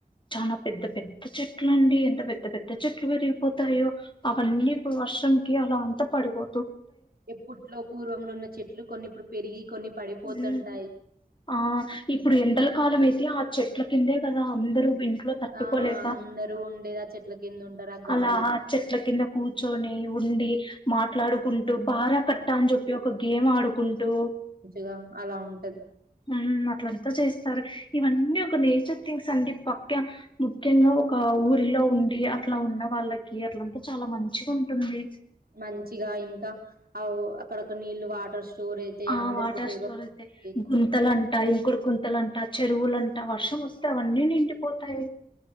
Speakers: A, on the left (about 30°); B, on the right (about 70°).
A: చాలా పెద్ద పెద్ద చెట్లండి ఎంత పెద్ద పెద్ద చెట్లు పెరిగిపోతాయో అవన్నీ ఇప్పుడు వర్షంకి అలా అంత పడిపో
B: ఎప్పుట్లో పూర్వంలో ఉన్న చెట్లు కొన్ని ఇప్పుడు పెరిగి కొన్ని పడిపోతుంటాయి.
A: హుమ్ ఆ ఇప్పుడు ఎండల కాలం అయితే చెట్ల కిందే కదా అందరు కుర్చు ఇంట్లో తట్టుకోలేక
B: ఆ! అందరూ ఉండేది ఆ చెట్ల కింద ఉంటారు. ఆ
A: అలా
B: గాలి
A: చెట్ల కింద కూర్చొని ఉండి మాట్లాడుకుంటూ బారా కట్ టంజు ఒక గేమ్ ఆడుకుంటూ
B: గా అలా ఉంటది
A: హుమ్ అట్లంత చేస్తరు ఇవన్నీ ఒ క నేచర్ తింగ్స్ అండి పక్ ముఖ్య ముఖ్యంగా ఒక ఊరిలో ఉండి అట్లా ఉన్న వాళ్ళకి అట్లంతా చాలా మంచిగా ఉంటుంది
B: మంచిగా ఇంకా అవ్ అక్కడక్కడ నీళ్ళు వాటర్ స్టోర్ అయితాయి.
A: ఆ
B: అందరికి
A: వాటర్
B: ఉపయోగపడతాయి.
A: స్టోర్ అయితే గుంతలంటా ఇంకుడు గుంతలం ట చెరువులంటా వర్షం వస్తే అవన్నీ నిండిపోతాయ్